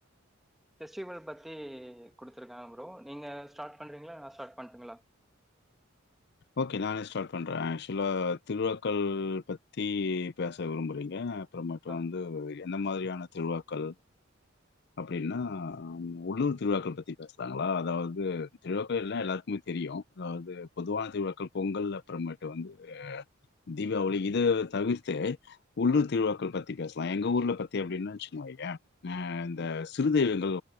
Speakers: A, in the centre; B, on the left (about 55°).
A: ஃபெஸ்டிவல் பத்தி குடுத்துருக்காங்க ப்ரோ நீங்க ஸ்டார்ட் பண்றீங்ளா நா ஸ்டார்ட் பண்ணட்டுங்ளா
B: ஓகே நானே ஸ்டார்ட் பண்ற ஆக்சுவலா திருவிழாக்கள் பத்தி பேச விரும்பறீங்க அப்றமட்டு
A: ஆ,
B: வந்து என்ன மாரியான திருவிழாக்கள் அப்டின்னா ம் உள்ளூர் திருவிழாக்கள் பத் பத்தி பேசுறாங்களா அதாவது திருவிழாக்கள் எல்லா எல்லாருக்குமே தெரியு அதாவது பொதுவா திருவிழாக்கள் பொங்கல் அப்புறமேட்டு வந்து தீபாவளி இத தவிர்த் து உள்ளூர் திருவிழாக்கள் பத்தி பேசலா எங்க ஊர்ல பத்தி அப்படின்னா வச்சுக்கோயே ஆ இந்த
A: ம்,
B: சிறு தெய்வங்கள்